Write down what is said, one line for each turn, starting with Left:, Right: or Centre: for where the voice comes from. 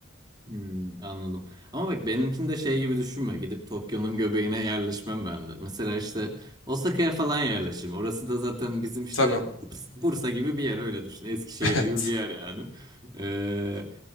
Right: Hmm, anladım. Ama bak benimkini de şey gibi düşünme. Gidip Tokyo'nun göbeğine yerleşmem ben de. Mesela işte Osaka'ya falan yerleşirim. Orası da zaten bizim işte
Left: Tabii.
Right: Burs- Bursa gibi bir yer öyle düşün. Eskişehir
Left: <laughs> Evet.
Right: gibi bir yer yani. Ee,